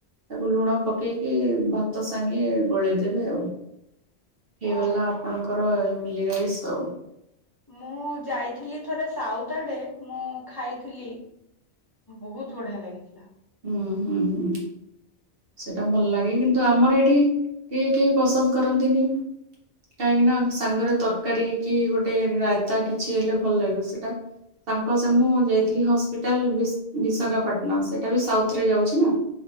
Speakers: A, on the right (about 60°); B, on the left (about 20°).
A: ତାକୁ ଲୁଣ ପକେଇକି ଭାତ ସାଙ୍ଗେ ଗୋଳେଇଦେବେ ଆଉ। ହେଇଗଲା
B: ଅହଁ।
A: ଆପଣଙ୍କର ଏମି <unintelligible> ରାଇସ ଆଉ।
B: ମୁଁ ଯାଇଥିଲି ଥରେ ସାଉଦ ଆଡେ ମୁଁ ଖାଇଥିଲି ବହୁତ ବଢିଆ ଲାଗିଥିଲା।
A: ହୁଁ ହୁଁ ହୁଁ ସେଟା ଭଲ ଲାଗେ କିନ୍ତୁ ଆମର ଏଠି କେହି କେହି ପସନ୍ଦ କରନ୍ତିନି କାହିଁକି ନା ସାଙ୍ଗରେ ତରକାରୀ କି ଗୋଟେ ରାାଇତା କିଛି ହେଲେ ଭଲ ଲାଗିବ ସେଟା ତାଙ୍କ ସାଙ୍ଗ ସେ ମୁଁ ଯାଇଥିଲି ହସ୍ପିଟାଲ ବି ବିଶାଖାପାଟଣା ସେ ସେଟା ବି ସାଉଥ ରେ ଯାଉଛି ନା?